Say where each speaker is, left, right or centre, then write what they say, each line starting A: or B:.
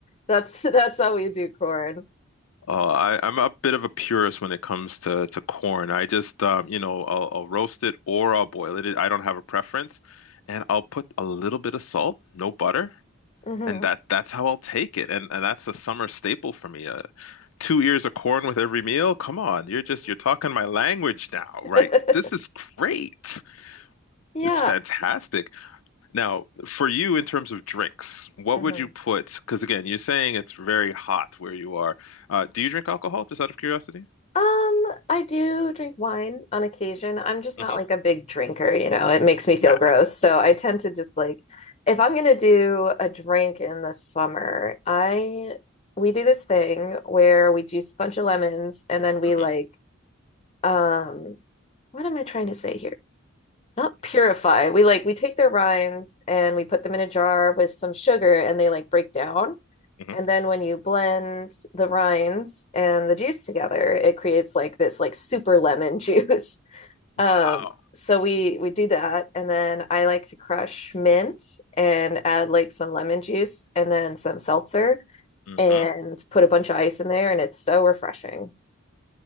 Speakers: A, on the left; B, on the left.
A: that's that's how we do corn.
B: Oh, I, I'm a bit of a purist when it comes to, to corn. I just, um, you know, I'll, I'll roast it or I'll boil it. I don't have a preference. And I'll put a little bit of salt, no butter,
A: hmm
B: and that that's how I'll take it. And and that's a summer staple for me. Uh, two ears of corn with every meal. Come on, you're just you're talking my language now,
A: <laughs>
B: right? This is great.
A: Yeah.
B: It's fantastic. Now, for you in terms of drinks, what
A: hmm
B: would you put? Because again, you're saying it's very hot where you are. Uh, do you drink alcohol, just out of curiosity?
A: Um, I do drink wine on occasion. I'm just not
B: hmm
A: like a big drinker, you know, it makes me feel
B: Yeah.
A: gross. So I tend to just like, if I'm gonna do a drink in the summer, I we do this thing where we juice a bunch of lemons and then we
B: hmm
A: like, um, what am I trying to say here? Not purify. We like we take their rinds and we put them in a jar with some sugar and they like break down.
B: hmm
A: And then when you blend the rinds and the juice together, it creates like this like super lemon juice. <laughs> Um,
B: Wow.
A: so we we do that, and then I like to crush mint and add like some lemon juice and then some seltzer
B: hmm
A: and put a bunch of ice in there, and it's so refreshing,